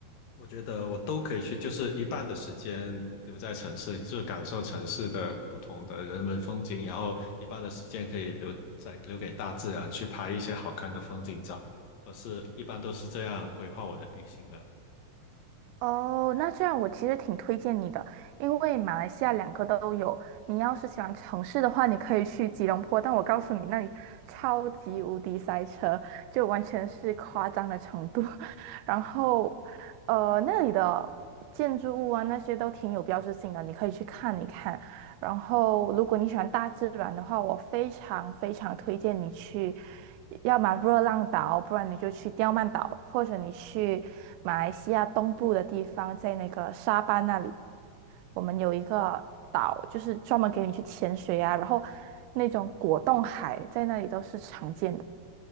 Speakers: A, on the left; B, on the right.
A: 我觉得我都可以去，就是一半的时间留在城市，就是感受城市的不同的人文风景，然后一半的时间可以留在留给大自然，去拍一些好看的风景照。我是一般都是这样规划我的旅行的，
B: 哦，那这样我其实挺推荐你的，因为马来西亚两个都有。你要是喜欢城市的话，你可以去吉隆坡，但我告诉你，那里超级无敌塞车，就完全是夸张的程度。<laughs> 然后，呃，那里的建筑物啊那些都挺有标志性的，你可以去看一看。然后，如果你喜欢大自然的话，我非常非常推荐你去，要么热浪岛，不然你就去刁曼岛，或者你去马来西亚东部的地方，在那个沙巴那里，我们有一个岛，就是专门给你去潜水啊，然后那种果冻海在那里都是常见的。